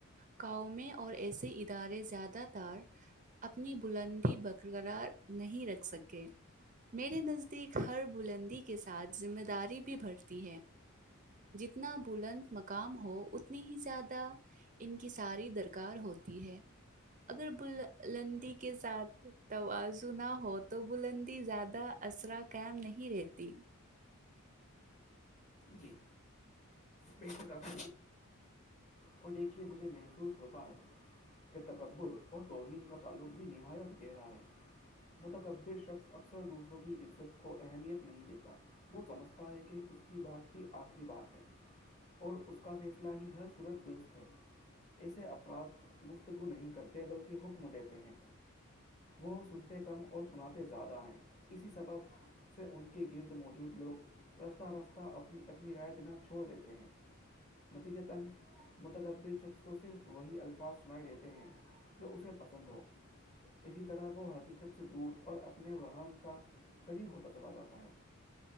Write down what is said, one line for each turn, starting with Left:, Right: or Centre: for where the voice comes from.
Right: قؤومیں اور ایسے ادارے زیادہ تر اپنی بلندی برقرار نہیں رکھ سکے میرے نزدیک ہر بلندی کے ساتھ ذمہ داری بھی بڑھتی ہے اتنا بلند مقام ہو اتنی ہی زیادہ ان کی ساری درکار ہوتی ہے اگر بللندی کے ساتھ تواضو نہ ہو تو بلندی زیادہ اصرا قائم نہیں رہتی
Left: جی بے شک آپ اور دیکھیے مجھے محسوس ہوتا ہے کے تکبر اور توہین کا تعلق بھی نہایت گہرا ہے متکبر شخص اکثر دوسروں کی عزت کو اہمیت نہیں دیتا وہ سمجھتا ہے کہ اس کی بات ہی آخری بات ہے اور اس کا فیصلہ ہی ہر صورت درست ہے ایسے افراد گفتگو نہیں کرتے بلکہ حکم دیتے ہیں وہ سنتے کم اور سناتے زیادہ ہیں اسی سبب سے ان کے گرد موجود لوگ رفتہ رفتہ اپنی اپنی رائے دینا چھوڑ دیتے ہیں نتیج تن متقبر شخص کو صرف وہی الفاظ سنائے دیتے ہیں جو اسے پسند ہو اسی طرح وہ حقیقت سے دور اور اپنے وہم کا قریب ہوتا چلا جاتا ہے